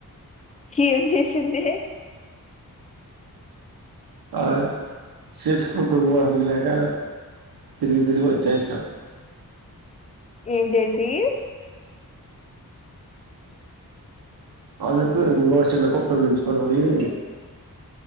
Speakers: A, on the left; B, on the right.
A: ఏం చేసింది
B: ఆ చేత్కుకుక్క కొరికిది లేక తిరిగి తిరిగి వచ్చేసినాం
A: ఏంటిేంటి
B: అందుకు ఇంగో చిన్న కుక్క పిల్చుకొని పోయి